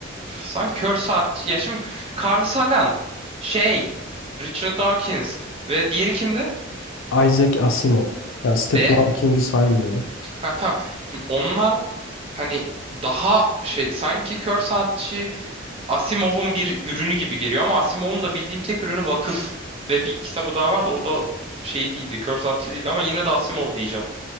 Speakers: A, on the right (about 30°); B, on the left (about 75°).
A: sen kör saat. Ya şimdi Carl Sagan, şey, Richard Dawkins ve diğeri kimdi?
B: Isaac Asimov. Yani Stephen
A: Ve
B: Hawking'i saymıyorum.
A: ha, tamam. Şimdi onlar hani daha şey sanki kör saatçi Asimov'un bir ürünü gibi geliyor ama Asimov'un da bildiğim tek ürünü Vakıf ve bir kitabı daha vardı o da şey değildi kör saatçi değildi ama yine de Asimov diyeceğim.